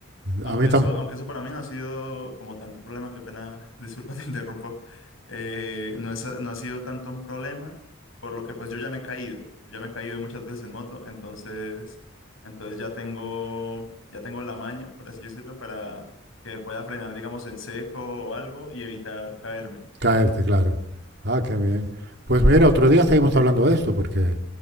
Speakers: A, on the left; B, on the right.
A: aunque
B: a mí también,
A: eso, aunque eso para mí no ha sido como tanto un problema, qué pena, <laughs> disculpa, te interrumpo, Eh, no es, no ha sido tanto un problema, por lo que pues yo ya me he caído, ya me he caído muchas veces en moto, entonces, entonces ya tengo, ya tengo la maña, por así decirlo, para que pueda frenar, digamos, en seco o algo y evitar caerme.
B: caerte, claro. Ah, qué bien. Pues mira, otro día seguimos hablando de esto, porque